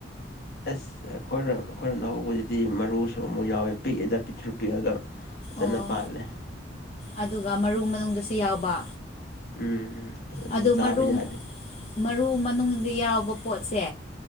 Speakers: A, on the left; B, on the left.
A: ꯑꯁ ꯑꯈꯣꯏꯔꫭꯝ ꯑꯈꯣꯏꯔꫭꯝ ꯅ ꯍꯧꯕꯗꯨꯗꯤ ꯃꯔꯨꯁꯨ ꯑꯃꯨꯛ ꯌꯥꯎꯋꯦ ꯄꯤꯛꯑꯦꯗ ꯄꯤꯛꯇ꯭ꯔꯨ ꯄꯤꯛꯑꯒ꯫ ꯐꯖꯅ
B: ꯑꯣ
A: ꯄꯥꯜꯂꯦ
B: ꯑꯗꯨꯒ ꯃꯔꯨ ꯃꯅꯨꯡꯗꯁꯨ ꯌꯥꯎꯕꯥ꯫
A: ꯎꯝ ꯑꯁ ꯑꯗꯨꯗꯤ
B: ꯑꯗꯨ
A: ꯆꯥꯕ
B: ꯃꯔꯨ
A: ꯌꯥꯗꯦ
B: ꯃꯔꯨ ꯃꯅꯨꯡꯗꯤ ꯌꯥꯎꯕ ꯄꯣꯠꯁꯦ